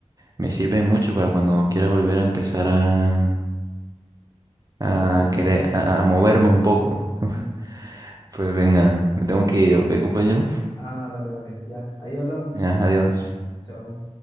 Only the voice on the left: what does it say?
para ir al gimnasio.
Mm.
Ah, vale, vale, ya. Ahí hablamos.
Chao.